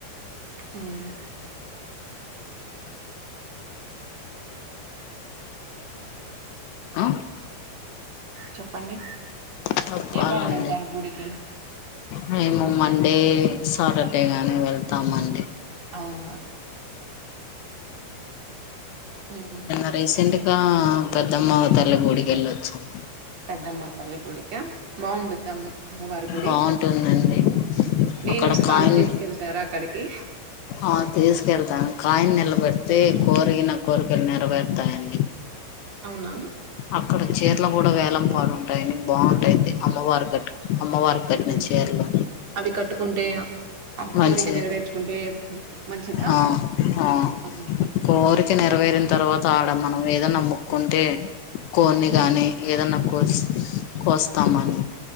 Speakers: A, on the right; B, on the left.
A: ఉమ్
B: ఆ
A: చెప్పండి
B: చెప్పాలండి
A: ఏ వారం ఎళ్తారు గుడికి
B: మేము మండే సాటర్డే గాని వెళ్తాం మండి
A: అవునా ఉమ్
B: నిన్న రీసెంట్ గా పెద్దమ్మ అవతల్లి గుడికి ఎళ్ళొచ్చామ్
A: పెద్దమ్మ తల్లి గుడిక బాగుండిదమ్ అమ్మవారి గుడి
B: బాగుంటుందండి
A: నేను
B: అక్కడ
A: వస్తాను
B: కాయిన్
A: తీసుకెళ్తారా అక్కడికి
B: ఆ తీసుకెళ్తాను కాయన్ నిలబెడితే కోరిన కోరికలు నిరవేర్తాయని
A: అవునా
B: అక్కడ చీరలు గూడా వేలం పాడుంటాయని బాగుంటాయి అమ్మవారి కట్టు అమ్మవారి కట్టిన
A: ఉ
B: చీరలు
A: అవి కట్టుకుంటే ఆ
B: మంచి
A: కోరిక నెరవేర్చుకుంటే మంచిదా
B: ఆ ఆ
A: అవును
B: కోరిక నెరవేరిన తర్వాత ఆడ మనం ఏదోనా మ్ముకుంటే కోన్ని
A: ఉమ్
B: గాని ఏదన్నా కోస్ కోస్తామని